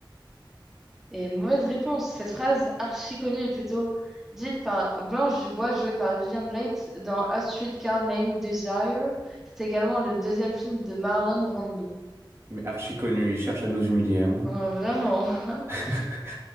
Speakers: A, in the centre; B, on the right.
A: Et mauvaise réponse. Cette phrase archi connue est plutôt dite par Blanche Dubois, jouée par Vivian Leigh dans A Streetcar Named Desire. C'est également le deuxième film de Marlon Brando.
B: Mais archi connu. Il cherche à nous humilier. Hein.
A: Euh, Vraiment.
B: <laughs>
A: <laughs>